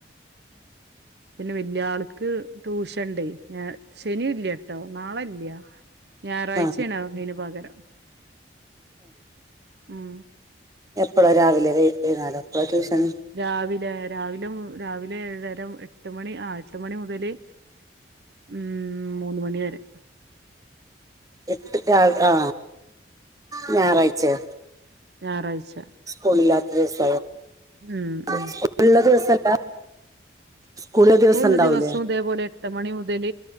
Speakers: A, on the right; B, on the right.
A: പിന്നെ വല്യ ആൾക്ക് ട്യൂഷൻണ്ട് ഞ ശനില്ല ട്ടോ നാളല്ല്യ. ഞായറാഴ്ചേണ
B: ആ
A: അതിന് പകരം ഉം.
B: എപ്പഴാ രാവിലെ, വൈകുന്നേരോ? എപ്പഴാ ട്യൂഷൻ?
A: ഉം. രാവിലെ രാവിലെ രാവിലെ ഏഴര എട്ട് മണി ആ എട്ട് മണി മുതല്, ഉം മൂന്ന് മണി വരെ.
B: എട്ട് ക ആ ഞായറാഴ്ചേ.
A: ഞാറാഴ്ച.
B: സ്കൂളില്ലാത്ത ദിവസ
A: ഉം
B: <unintelligible>
A: ഉം
B: സ്കൂളുള്ള ദിവസല്ല. സ്കൂളിലെ
A: സ്കൂളുള്ള
B: ദിവസം ഉണ്ടാവൂലേ
A: ദിവസവും ഇതേപോലെ, എട്ട് മണി മുതൽ